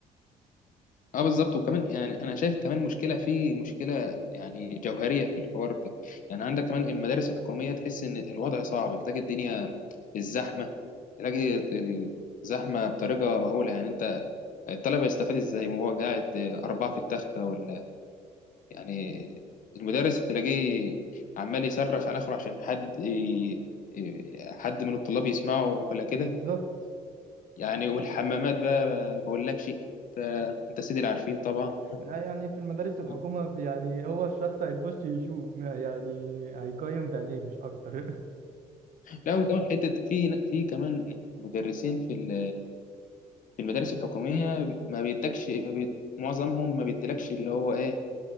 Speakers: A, on the left; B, on the right.
A: اه بالظبط وكمان يعني انا شايف كمان مشكله في مشكله يعني جوهريه في الحوار ده يعني عندك كمان المدارس الحكوميه تحس ان الوضع صعب تلاقي الدنيا الزحمه تلاقي الزحمه بطريقه مهوله يعني انت الطالب هيستفاد ازاي ما هو قاعد اربعه في التخته ولا يعني المدرس تلاقيه عمال يصرخ على اخره عشان حد ي- ي- حد من الطلاب يسمعه ولا كده
B: بالظبط
A: يعني والحمامات بقى ما اقولكش انت انت سيدي العارفين طبعا
B: لا يعني في المدارس الحكومة
A: آه.
B: يعني هو الشخص هيخش يشوف ما يعني هيقيم بعينيه مش أكتر
A: لا وكمان حته في في كمان مدرسين في ال- في المدارس الحكوميه ما بيدكش ما بي معظمهم ما بيديلكش اللي هو ايه